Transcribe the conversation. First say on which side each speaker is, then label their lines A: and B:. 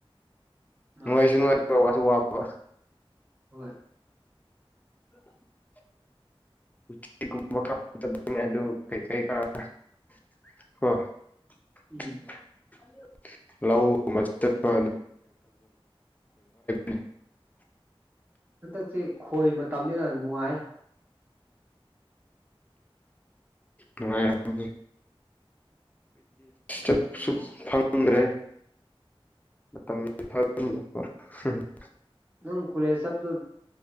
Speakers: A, on the right; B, on the left.
A: ꯃꯥꯅꯦ
B: ꯅꯨꯡꯉꯥꯏꯁꯨ ꯅꯨꯡꯉꯥꯏꯕ ꯋꯥꯁꯨ ꯋꯥꯕ
A: ꯍꯣꯏ
B: <unintelligible> <unintelligible> <inaudible>
A: ꯎꯝ
B: ꯂꯧꯒꯨꯝꯕ ꯆꯠꯄ <unintelligible>
A: ꯍꯟꯗꯛꯁꯦ ꯈꯣꯏ ꯃꯇꯝꯅꯤꯅ ꯅꯨꯡꯉꯥꯏ
B: ꯎꯝ <unintelligible> ꯑꯩꯈꯒꯤ ꯆꯠꯁꯨ ꯐꯪꯗ꯭ꯔꯦ ꯃꯇꯝꯁ <unintelligible>
A: ꯅꯪ ꯀꯣꯂꯦꯖ ꯆꯞꯄꯗꯣ